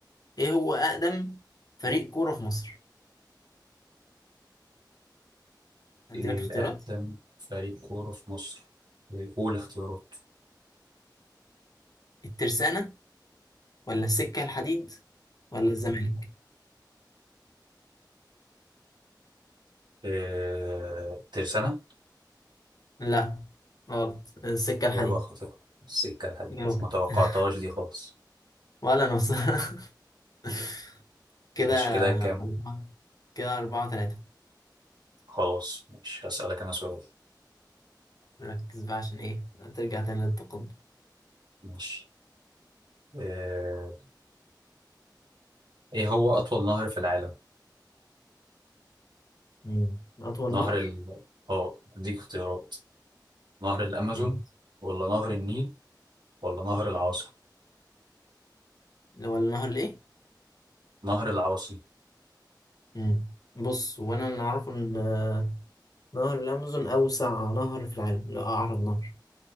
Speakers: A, on the left; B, on the right.
A: إيه هو أقدم فريق كورة في مصر؟ عندي
B: إيه
A: لك اختيارات
B: أقدم فريق كورة في مصر؟ إيه قول اختيارات
A: الترسانة ولا السكة الحديد ولا الزمالك؟
B: إيه ترسانة
A: لا غلط السكة الحديد
B: إجابة خاطئة السكة الحديد
A: جاوبت
B: ما توقعتهاش
A: <laughs>
B: دي خالص
A: ولا أنا بصراحة <laughs> كده
B: ماشي كده كام
A: أربعة كده أربعة تلاتة
B: خلاص مش هسألك أنا سؤال
A: ركز بقى عشان ايه ترجع تاني للتقدم
B: ماشي إيه إيه هو أطول نهر في العالم؟
A: مم. أطول
B: نهر
A: نهر
B: ال آه أديك اختيارات نهر الأمازون
A: جامد.
B: ولا نهر النيل ولا نهر العاصي؟
A: اللي هو النهر الايه
B: نهر العاصي
A: مم. بص وانا اللي اعرفه ان آه، نهر الامازون اوسع نهر في العالم لا اعرض نهر